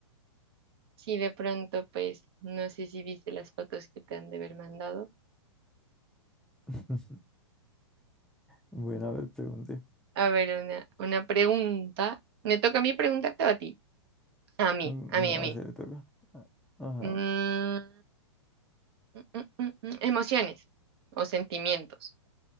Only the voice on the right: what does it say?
Sí, de pronto, pues, no sé si viste las fotos que te han de haber mandado.
A ver, una, una pregunta. Me toca a mí preguntarte o a ti. A mí,
a mí,
a mí.
Mm, mm, mm, mm, mm, mm, Emociones o sentimientos.